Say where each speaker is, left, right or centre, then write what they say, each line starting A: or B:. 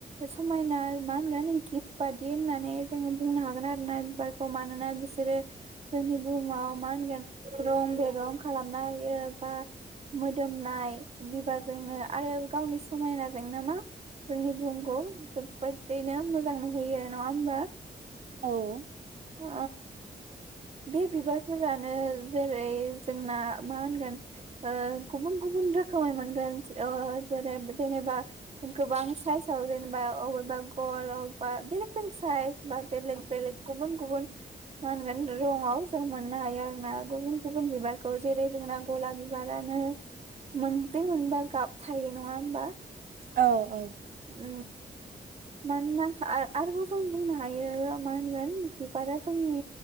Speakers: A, on the right; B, on the right.
A: समायना मा होनगोन गिफ्ट बायदि होननानै जोङो बुंनो हागोन आरोना बिबारखौ मानोना बिसोरो जोंनि बुहुमाव मा होनगोन रं बेरं खालामना हायो बा मोदोमनाय बिबारजोंनो आरो गावनि समायनाजोंनो मा जोंनि बुहुमखौ। जोब्बोदैनो मोजां नुहयो नङा होमबा।
B: औ।
A: अ। बे बिबारफोरानो जेरै जोंना मा होनगोन ओ गुबुन गुबुन रोखोमै मोनगोन ओ जेरै जेनेबा गोबां साइजाव जेनेबा अबेबा गल अबेबा बेलेग बेलेग साइज बा बेलेग बेलेग गुबुन गुबुन मा होनगोन। रंआव जों मोननो हायो आरो ना गुबुन गुबुन बिबारखौ जेरै जोंना गलाब बिबारानो मोनब्रै मोनबा गाब थायो नङा होमबा।
B: औ औ।
A: उम मानोना आ आरोबाव जों बुंनो हायो मा होनगोन बिबारा जोंनि